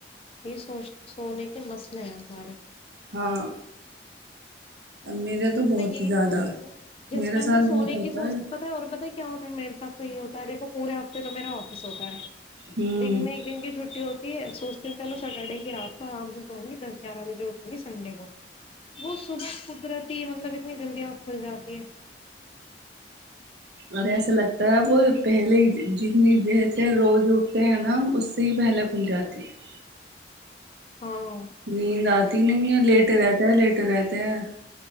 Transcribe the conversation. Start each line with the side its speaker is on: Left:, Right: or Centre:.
Left: یہ سوچ سونے کے مسئلے ہیں ہمارے
Right: ہاں میرے تو بہت
Left: میں یہی
Right: ہی زیادہ
Left: سوچتا ہوں جس
Right: میرے
Left: ٹائم
Right: ساتھ
Left: میں سونے
Right: بہت ہوتا
Left: کی سوچ
Right: ہے
Left: پت اور بت کیا ہوتا ہے میرے ساتھ تو یہ ہوتا ہے دیکھو پورے ہفتے تو میرا آفس ہوتا ہے
Right: ہوں
Left: دن میں دن کی چھٹی ہوتی سوچتے ہیں چلو سٹرڈے کی رات کو آرام سے سووں گی دس گیارہ بجے اٹھوں گی سنڈے کو وہ صبح قدرت مطلب اتنی جلدی وہ کھل جاتی ہے
Right: اور ایسا لگتا ہے وہ پہلے جتنی ج سے روز اٹتے ہیں نا اس سے ہی پہلے کھل جاتی ہے
Left: ہاں
Right: نیند آتی نہیں ہے لیٹ رہتا ہے لیٹ رہتے ہیں